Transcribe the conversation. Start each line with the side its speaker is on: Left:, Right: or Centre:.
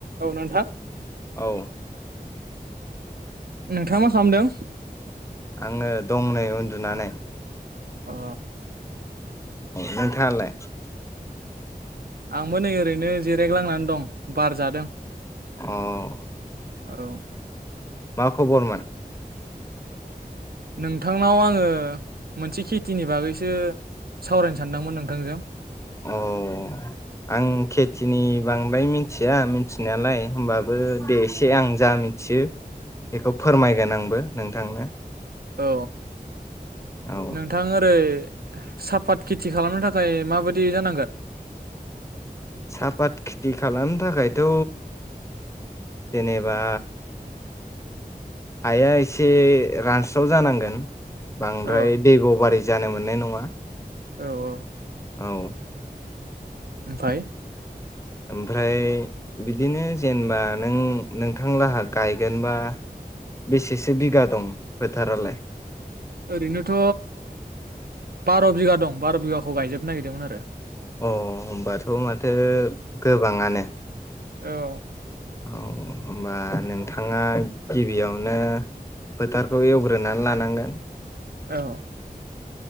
Right: औ नोंथां
Left: औ
Right: नोंथाङा मा खालामदों?
Left: आङो दंनै उन्दुनानै।
Right: अ
Left: नोंथाङालाय? <unintelligible>
Right: आंबो नै ओरैनो जिरायग्लांनानै दं बार जादों।
Left: अ'
Right: आर'
Left: मा खबरमोन
Right: नोंथांनाव आङो मोनसे खेथिनि बागैसो सावरायनो सानदोंमोन नोंथांजों।
Left: अ' आं खेथिनि बांद्राय मिथि मिथिया मिथिनायालाय होमबाबो दे एसे आं जा मिथियो बेखौ फोरमायगोन आंबो नोंथांनो
Right: औ
Left: औ
Right: नोंथां ओरै साफाथ खेथि खालामनो थाखाय माबादि जानांगोन
Left: सापाथ खेथि खालामनो थाखायथ' जेनेबा हाया एसे रानस्राव जानांगोन। बांद्राय
Right: औ
Left: दैब' बारि जानो मोननाय नङा।
Right: औ औ
Left: औ
Right: ओमफाय
Left: ओमफ्राय बिदिनो जेनेबा नों नोंथांलाहा गायगोनबा बेसेसो बिगा दं। बेथारालाय।
Right: ओरैनोथ' बार' बिगा दं बार' बिगाखौ गायजोबनो नागिरदोंमोन आरो।
Left: अ होनोमबाथ' माथो गोबाङानो।
Right: औ।
Left: औ होनबा नोंथाङा गिबियावनो फोथारखौ एवग्रोनानै लानांगोन।
Right: औ।